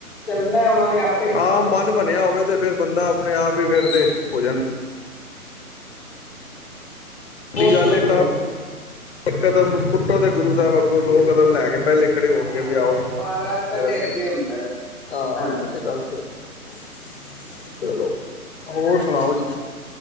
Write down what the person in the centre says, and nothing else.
ਚੱਲਣਾ ਉਹਨਾ ਨੇ ਆਪ
ਹਾਂਜੀ
ਬਹੁਤ
ਵਧੀਆ
ਹਾਂ
ਮਹਾਰਾਜ ਪਹਿਲੇ
ਅੱਗੇ
ਹੁੰਦਾ ਜੀ
ਹਾਂਜੀ
ਸਹੀ